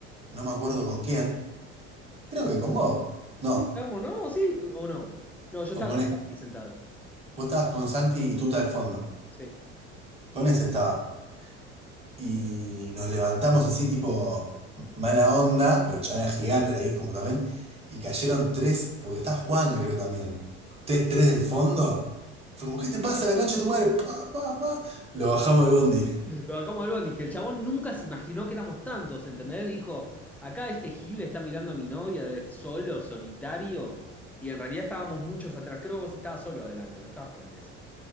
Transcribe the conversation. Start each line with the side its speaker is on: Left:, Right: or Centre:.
Right: No me acuerdo con quién. Creo que con vos. No.
Centre: Sí, vamos, ¿no? Sí, o no. No, yo estaba
Right: O con
Centre: con
Right: ese.
Centre: Tati sentado.
Right: Vos estabas con Santi y Tuta al fondo.
Centre: Sí.
Right: Con ese estaba. Y nos levantamos así, tipo mala onda, pero ya era gigante ahí como también. Y cayeron tres, porque está Juan, creo también. Ustedes tres del fondo. Fue como, ¿qué te pasa la concha de tu madre? Pa, pa, pa. Lo bajamos del bondi.
Centre: Lo bajamos al bondi, que el chabón nunca se imaginó que éramos tantos, ¿entendés? Dijo, acá este Gil está mirando a mi novia de solo, solitario, y en realidad estábamos muchos atrás. Creo que vos estabas solo adelante, no estabas con el S.